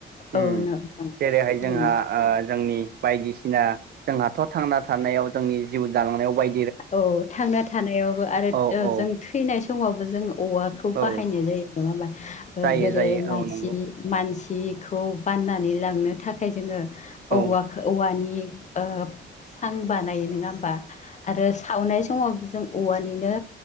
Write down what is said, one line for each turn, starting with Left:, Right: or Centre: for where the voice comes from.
Right: उम
Left: औ नोंथां
Right: जेरैहाय
Left: थारैनो
Right: जोंहा ओ जोंनि बायदिसिना जोंहाथ थांना थानायाव जोंनि जिउ दालांनायाव बाय
Left: औ थांना थानायावबो आरो
Right: औ औ
Left: जों थैनाय समावबो जों औवाखौ
Right: औ
Left: बाहायनाय जायो नङा होमबा
Right: जायो
Left: जेरै
Right: जायो
Left: मानसि
Right: औ नंगौ
Left: मानसिखौ बाननानै लांनो थाखाय जोङो औवा
Right: औ
Left: औवानि ओ सां बानायो नोङा होमबा आरो सावनाय समाव जों औवानिनो